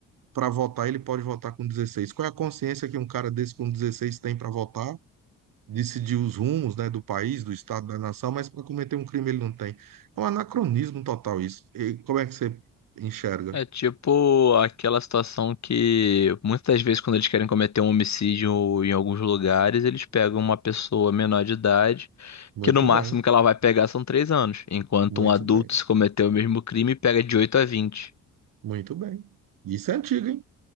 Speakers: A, on the right; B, on the left.
A: para votar, ele pode votar com dezesseis Qual é a consciência que um cara desse com 16 tem para votar? decidir os rumos, né, do país, do estado, da nação, mas para cometer um crime ele não tem. É um anacronismo total isso. E como é que você enxerga?
B: É tipo aquela situação que muitas das vezes quando eles querem cometer um homicídio em alguns lugares, eles pegam uma pessoa menor de idade,
A: Muito
B: que no máximo
A: bem,
B: que ela vai pegar são três anos, enquanto
A: muito
B: um adulto
A: bem,
B: se cometer o mesmo crime pega de 8 a vinte.
A: muito bem. Isso é antigo, hein?